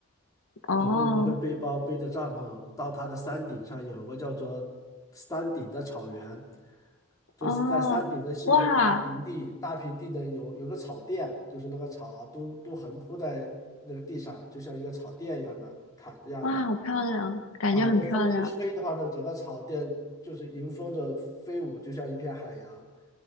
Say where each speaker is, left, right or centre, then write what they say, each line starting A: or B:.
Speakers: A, on the left (about 85°); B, on the left (about 15°).
A: 哦，
B: 很多人会背包背着帐篷到它的山顶上，有个叫做山顶的草原，就是在山顶的是一块大平地，
A: 哦，哇
B: 大平地的有有个草垫，就是那个草啊都都横铺在那个地上，就像一个草垫一样的毯子一样的
A: 哇，好漂亮，感觉很漂亮。
B: 啊。这风一吹的话呢，整个草垫就是迎风的飞舞，就像一片海洋。